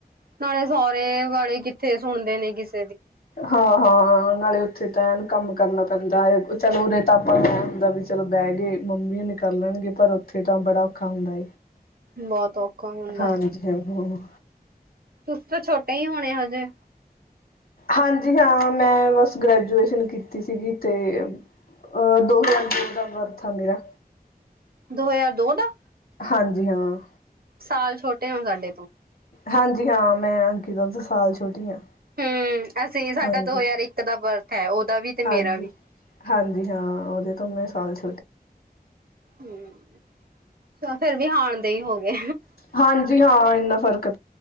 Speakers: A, on the right; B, on the left.
A: ਨਾਲੇ ਸਹੁਰੇ ਵਾਲੇ ਕਿੱਥੇ ਸੁਣਦੇ ਨੇ ਕਿਸ
B: ਹਾਂ, ਹਾਂ। ਨਾਲੇ ਉੱਥੇ ਟਾਈਮ ਕੰਮ ਕਰਨਾ ਪੈਂਦਾ ਹੈ ਚੱਲ ਉਰੇ ਤਾਂ ਆਪਾਂ ਨੂੰ ਹੁੰਦਾ ਵੀ ਚਲ ਬਹਿ ਗਏ ਮੰਮੀ ਉਹ ਨ ਕਰ ਲੈਣਗੇ ਪਰ ਉੱਥੇ ਤਾਂ ਬੜਾ ਔਖਾ ਹੁੰਦਾ
A: ਬਹੁਤ ਔਖਾ ਹੁੰਦਾ
B: ਹਾਂਜੀ ਹਾਂ। ਹਾਂ।
A: ਤੁਸੀਂ ਤਾਂ ਛੋਟੇ ਹੀ ਹੋਣੇ ਹਜੇ
B: ਹਾਂਜੀ ।ਹਾਂ ਮੈਂ ਬਸ ਗ੍ਰੈਜੂਏਸ਼ਨ ਕੀਤੀ ਸੀਗੀ ਤੇ ਅ ਦੋ ਹਜ਼ਾਰ ਦੋ ਦਾ ਵਰਥ ਆ ਮੇਰਾ।
A: ਦੋ ਹਜ਼ਾਰ ਦੋ ਦਾ
B: ਹਾਂਜੀ ਹਾਂ।
A: ਸਾਲ ਛੋਟੇ ਹੋ ਸਾਡੇ ਤੋਂ
B: ਹਾਂਜੀ ਅੰਕਿਤਤਾ ਤੋਂ ਮੈਂ ਸਾਲ ਛੋਟੀ ਹਾਂ
A: ਹਮ ਅਸੀਂ ਸਾਡਾ
B: ਹਾਂਜੀ
A: ਦੋ ਹਜ਼ਾਰ ਇੱਕ ਦਾ ਬਰਥ ਹੈ। ਵੀ ਤੇ ਮੇਰਾ
B: ਹਾਂਜੀ,
A: ਵੀ
B: ਹਾਂਜੀ ਹਾਂ। ਉਹਦੇ ਤੋਂ ਮ ਸਾਲ <inaudible>
A: ਹਮ--ਚ ਫਿਰ ਵੀ ਹਣ ਦੇ ਹੀ ਹੋ ਗਏ
B: ਹਾਂਜੀ ਹਾਂ ਇੰਨਾ ਫ਼ਰਕ